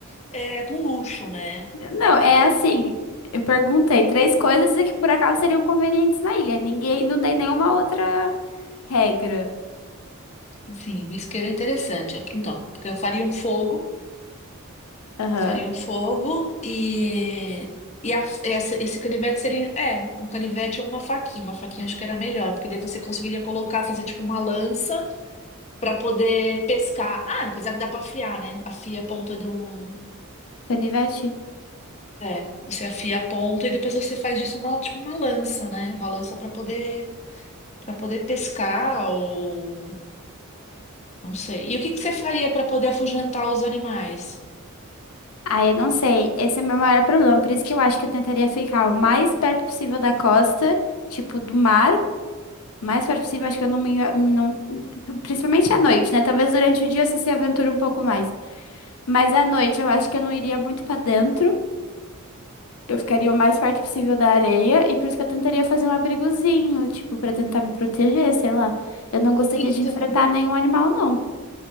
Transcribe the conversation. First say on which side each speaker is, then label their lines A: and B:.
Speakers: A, on the left (about 30°); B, on the left (about 85°).
A: é, com luxo, né?
B: Não, é assim. Eu perguntei três coisas e que por acaso seriam convenientes na ilha. Ninguém, não dei nenhuma outra regra.
A: Enfim, um isqueiro é interessante. Então, porque eu faria um fogo,
B: Aham.
A: faria um fogo e, e a- essa- esse canivete seria, é, um canivete ou uma faquinha. Uma faquinha acho que era melhor, porque daí você conseguiria colocar, fazer tipo uma lança para poder pescar. Ah, apesar que dá para afiar, né? Afia a ponta de um
B: Canivete?
A: É, você afia a ponta e depois você faz disso uma, tipo uma lança, né? Uma lança para poder para poder pescar ou não sei. E o que que você faria para poder afugentar os animais?
B: Ah, eu não sei. Esse é o meu maior problema. Por isso que eu acho que eu tentaria ficar o mais perto possível da costa, tipo, do mar. O Mais perto possível, acho que eu não me. Não, principalmente à noite, né? Talvez durante o dia você se aventura um pouco mais. Mas à noite eu acho que eu não iria muito pra dentro. Eu ficaria o mais perto possível da areia. E por isso que eu tentaria fazer um abrigozinho, tipo, pra tentar me proteger, sei lá. Eu não gostaria
A: Então,
B: de enfrentar nenhum animal, não.